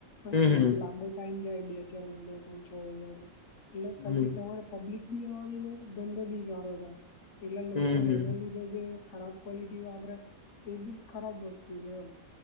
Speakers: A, on the left; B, on the left.
A: પણ
B: હમ
A: થોડોક
B: હમ
A: લાંબો ટાઈમ જાય બે ચાર મહિના થાય છ મહિના થાય એટલે પછી
B: હમ
A: તમારે પબ્લિક બી આવવાની ને ધંધો બી સારો થાય એટલા લોકો
B: હમ હમ
A: એના લીધે જે ખરાબ ક્વોલિટી વાપરે એ બી ખરાબ વસ્તુ જેમ